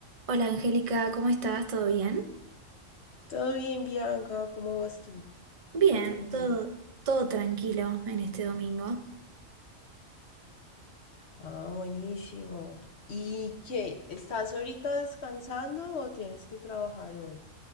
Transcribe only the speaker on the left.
Todo bien, Bianca, ¿cómo vas tú?
¿Qué tal el
día?
Ah, buenísimo. ¿Y qué? ¿Estás ahorita descansando o tienes que trabajar hoy?